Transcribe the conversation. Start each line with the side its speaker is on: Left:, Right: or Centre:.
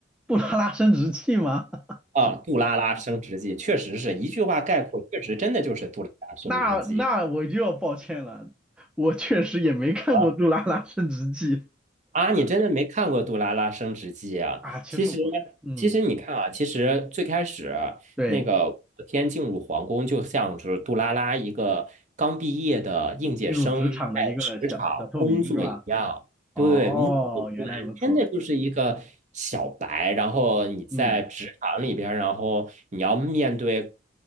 Centre: 杜拉拉升职记吗？<laughs>
Right: 啊，杜拉拉升职记确实是一句话概括，确实真的就是杜拉拉升职记
Centre: 那那我就要抱歉了，我确实也没看过《杜拉拉升职记》
Right: 啊。啊，你真的没看过《杜拉拉升职记》啊？
Centre: 啊。其实我嗯
Right: 其实，其实你看啊，其实最开始
Centre: 对，
Right: 那个武则天进入皇宫，就像是杜拉拉一个刚毕业的应届生在职场工作一样。
Centre: 进入职场的一个小小透明是吧？
Right: 对，
Centre: 哦，
Right: 目头不完，
Centre: 原来如此。
Right: 真的就是一个小白。然后你在职场里边儿然后你要面对，
Centre: 嗯，